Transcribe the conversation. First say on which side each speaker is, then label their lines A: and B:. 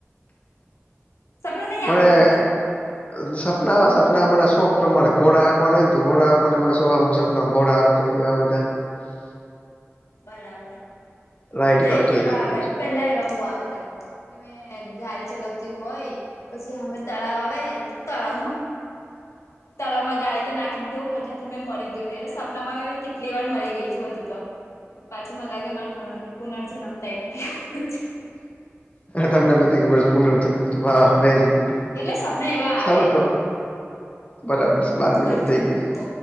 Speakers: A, on the left; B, on the left.
A: સપનું નહી
B: મને
A: આવતું તમને
B: અહ સપનામાં, સપનામાં શોખ પ્રમાણે. ઘોડા હાંકવાનું હોયને તો ઘોડા હાંકવાના મને શોખ હે. હું સપનામાં ઘોડાં હાંક તો હોય એવાં બધાં.
A: બરાબર.
B: રાઈડ
A: મને તો
B: કરતો એ
A: એવા
B: રીતનું
A: આવે, પહેલા એવા બહુ આવતા. કે મેં ગાડી ચલાવતી હોય પછી હામે તળાવ આવે, તો તળાવમાં
B: <inaudible>
A: તળાવમાં જાય તો નાખી જ દેવું, હાથેથી મેં મળી ગયું હોય. એટલે સપનામાં મેં કેટલી વાર મરી ગઈ છું હજુ તો. પાછું મને લાગે મારા પુનર પુનર્જન્મ ટાઈપ થયું.
B: તમને બધી ખબર સ પુનર્જન્મ થયું, વાહ! Very good.
A: એટલે સપના એવા આવે
B: સારું તો, બરાબર છે. બાર મિનિટ
A: હારું
B: થઈ
A: ચાલો
B: ગઈ
A: મૂકો.
B: છે. <inaudible>